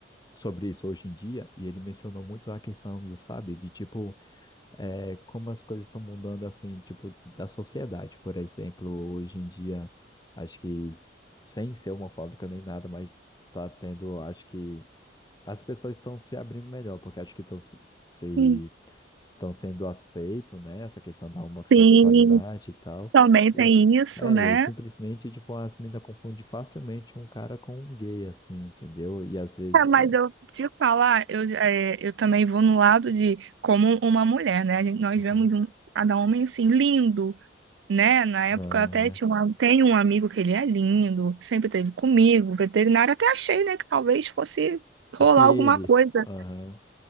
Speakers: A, on the left; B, on the right.
A: sobre isso hoje em dia, e ele mencionou muito a questão do, sabe, de tipo é, como as coisas estão mudando, assim, tipo, da sociedade, por exemplo, hoje em dia, acho que, sem ser homofóbica nem nada, mas tá tendo, acho que, as pessoas estão se abrindo melhor, porque acho que estão se, se,
B: Sim,
A: estão sendo aceito, né, essa questão da homossexualidade
B: Sim,
A: e tal,
B: também tem
A: e,
B: isso,
A: é,
B: né?
A: e aí simplesmente, tipo, as meninas confundem facilmente um cara com um gay, assim, entendeu? E às vezes,
B: Ah, mas
A: é...
B: eu te falar, eu, é, eu também vou no lado de como uma mulher, né? A gente- Nós
A: Uhum.
B: vemos um, cada homem assim, lindo. né? Na época
A: Aham.
B: eu até tinha um, tem um amigo que ele é lindo, sempre teve comigo, veterinário, até achei, né, que talvez fosse rolar
A: Fosse ele.
B: alguma coisa.
A: Aham.